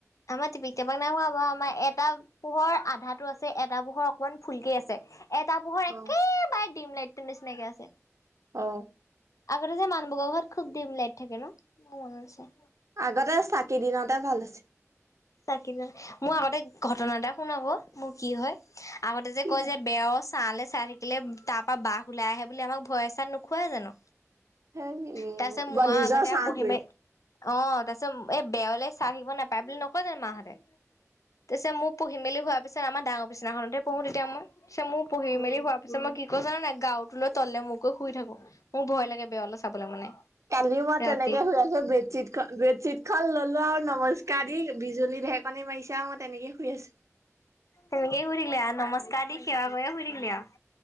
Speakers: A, on the left; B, on the right.
A: আমাৰ টিপিক টাপাক নাই হোৱা বাৰু আমাৰ এটা পোহৰ আধাটো আছে এটা পোহৰ অকমান ফুলকেই আছে এটা পোহৰ একেবাৰে
B: অ
A: দিম লাইটটোৰ নিচিনাকে আছে।
B: অ
A: আগতে যে মানুহবোৰৰ ঘৰত খুব ডিম লাইট থাকে ন মোৰ মনত আছে।
B: আগতে চাকি দিনতে ভাল আছিল
A: চাকি মোৰ আগতে ঘটনা এটা শুন আকৌ মোৰ কি হয় আগতে যে
B: কি
A: কয়
B: হয়
A: যে বেয়স ছাঁ লে চাই থাকিলে তাৰ পৰা বাঘ ওলাই আহে বুলি আমাক ভয় -চয় নোখোৱাই জানো
B: সেই
A: তাৰ পিছত ম আৰু
B: নিজৰ
A: আগতে
B: চাহটোৱে
A: পঢ়িম অ তাৰপিছত এই বেৰলে চাই থাকিব নাপায় বুলি নকয় জানো মাহঁতে তাৰপিছত মোৰ পঢ়ি- মেলি হোৱাৰ পিছত আমাৰ ডাঙৰবিচনাখনতে পঢ়ো তেতিয়া মই পিছে মোৰ পঢ়ি-মেলি
B: উম
A: হোৱাৰ পিছত মই ও জান নে নাই গাঁৰুটো লৈ তললে মুখ কৰি শুই থাকো মোৰ ভয় লাগে বেৰলৈ চাবলৈ মানে
B: কালিও মই
A: ৰাতি
B: তেনেকে শুই আছো বেডশ্বীট বেডশ্বিটখন ল'লো আৰু নমস্কাৰ দি বিজুলী ঢেৰকনি মাৰিছে আৰু মই তেনেকে শুই আছো
A: তেনেকে এ শুই থাকিলি আৰু নমস্কাৰ দি সেৱা কৰিয়ে শুই থাকিলি আৰু